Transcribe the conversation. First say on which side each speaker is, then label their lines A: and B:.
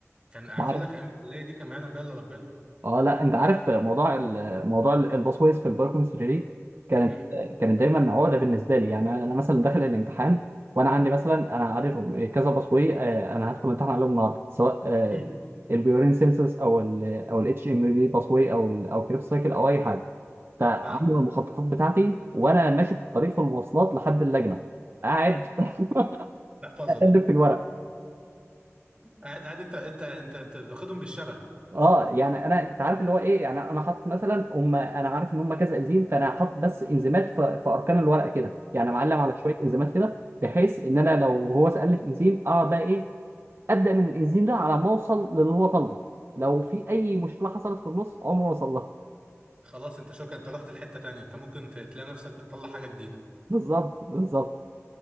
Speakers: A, on the right; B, on the right.
A: كان
B: انت
A: عايز
B: عارف
A: اقول لك ايام الكليه دي كان ما يعلم بها الا ربنا
B: اه لا انت عارف موضوع ال- موضوع ال- الباسويز في البايوكيمستري دي كانت
A: مم.
B: كانت دايما عقده بالنسبه لي يعني انا مثلا داخل الامتحان وانا عندي مثلا انا عارفهم كذا باسوي آه، انا هدخل الامتحان عليهم النهارده سواء آه،
A: مم.
B: البيورين سينسس او ال او الاتش ام بي باسوي او ال او كريبس سايكل او اي حاجه فعامل
A: فاهم
B: المخططات بتاعتي وانا ماشي
A: مم.
B: في الطريق في المواصلات لحد اللجنه قاعد <laughs>
A: تحفظهم
B: اقلب في الورق
A: قاعد قاعد انت انت انت انت بتاخدهم بالشبه
B: اه يعني انا انت عارف اللي هو ايه يعني انا حاطط مثلا هم انا عارف ان هم كذا انزيم فانا حاطط بس انزيمات في, في اركان الورقه كده يعني معلم على شويه انزيمات كده بحيث ان انا لو هو سالني في انزيم اقعد بقى ايه ابدا من الانزيم ده على ما اوصل للي هو طالبه لو في اي مشكله حصلت في النص عمره ما وصل لها
A: خلاص انت شكرا انت رحت لحته تانية انت ممكن ت- تلاقي نفسك بتطلع حاجه جديده
B: بالظبط بالظبط